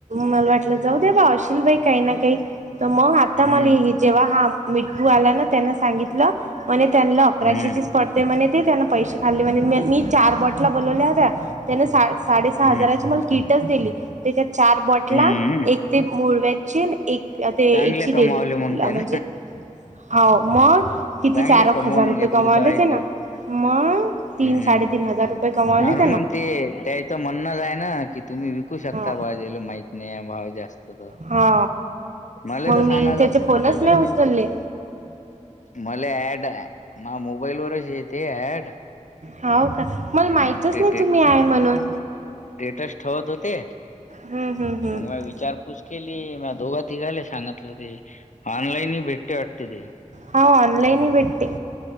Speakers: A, on the right (about 65°); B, on the left (about 70°).
A: मला वाटलं जाऊ दे बा अशील बाई काही ना काही तर मग आता
B: हम्म
A: मला जेव्हा हा मिटठू आला ना, त्यांना सांगितलं म्हणे त्यांना अकराशेचीच
B: हम्म
A: पडते म्हणे, ते त्यांना पैसे खाल्ले म्हणे. मी चार बॉटला बनवल्या होत्या. त्याने सा साडे सहा
B: हम्म
A: हजाराची मला किटच दिली, त्याच्या चार बॉटला,
B: हम्म
A: एक ते मुळव्यादचे, एक ते
B: चांगले
A: याची
B: कमावले
A: देली
B: मग
A: तिला
B: त्यान
A: म्हणजे हो मग किती
B: चांगले
A: चार एक
B: कमवून
A: हजार रुपये
B: घेतले
A: कमावलेच
B: तर याच्यावर
A: आहे ना. मग तीन
B: हम्म
A: साडेतीन हजार रुपये कमावलेत.
B: अर मग म्हणते त्याच म्हणणं आहे नां. तुम्ही विकू शकता
A: हा
B: भाउजीला भाऊ माहित नाही जास्त
A: हा
B: मला
A: मग
B: तर सांगायचं
A: मी त्याचे
B: असतं,
A: फोनच
B: मले लय
A: नाही उचलले
B: दिवस मले ॲड ये, मले मोबाईलवरच येते ॲड
A: हाव का? मला माहितच नाही,
B: टेट
A: तुम्ही हा म्हणून
B: स्टेटस ठेवत होते, तर
A: हम्म हम्म हम्म
B: मग म विचार तूच केली. म दोघा तिघाले सांगितलं. ते ऑनलाईन ही भेटते वाटते ते
A: हा ऑनलईन भेटते.